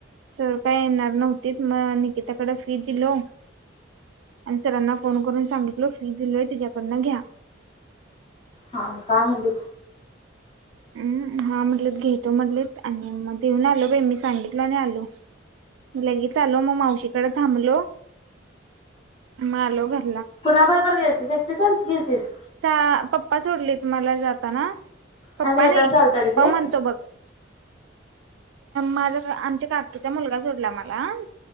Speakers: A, on the right; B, on the left.
A: सर काय येणार नव्हती, मग निकिताकडे फी दिलो आणि सरांना फोन करून सांगितल फी दिलोय तिच्याकडन घ्या.
B: हा मग काय म्हनली?
A: हम्म हा म्हटलत घेतो म्हटलत आणि मग येऊन आलो बाई मी सांगितलो आणि आलो लगेच आलो मग मावशीकडे थांबलो मग आलो घरी.
B: कुणा बरोबर गेलती एकटीच गेलतीस?
A: चा पप्पा सोडलेत मला जाताना पप्पा
B: आणि येताना
A: नाही
B: चालतालीस
A: पण
B: व्हय
A: म्हणतो बघ माझा आमच्या काकीचा मुलगा सोडला मला